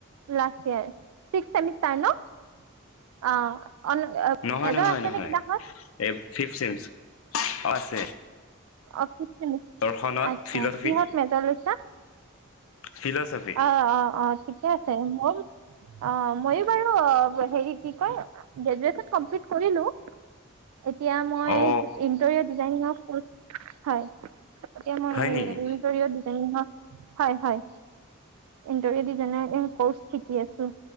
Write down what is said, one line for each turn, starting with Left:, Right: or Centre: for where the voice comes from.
Right: Last year. Six semester নহ। অ। অন
Left: নহয়
Right: মেজৰ
Left: নহয়
Right: আছে
Left: নহয়
Right: নে কিবাহত?
Left: এই ফিফ্ট ছেম অ আছে।
Right: অ ফিফ্ট চেম
Left: দৰ্শনত
Right: আচ্ছা
Left: ফিলচফি
Right: কিহত মেজৰ লৈছা?
Left: ফিলচফি
Right: অ অ অ ঠিকে আছে। <unintelligible> অ মইও বাৰু হেৰী কি কয় গ্ৰেজুৱেচন কমপ্লিট কৰিলোঁ। এতিয়া মই
Left: অ
Right: ইণ্টেৰিয়ৰ ডিজাইনিঙত। কোৰ্চ হয়। এতিয়া মই
Left: হয়
Right: ইণ্টেৰিয়ৰ
Left: নেকি
Right: ডিজাইনিঙত, হয় হয়। ইণ্টেৰিয়ৰ ডিজাইনৰ কোৰ্চ শিকি আছোঁ।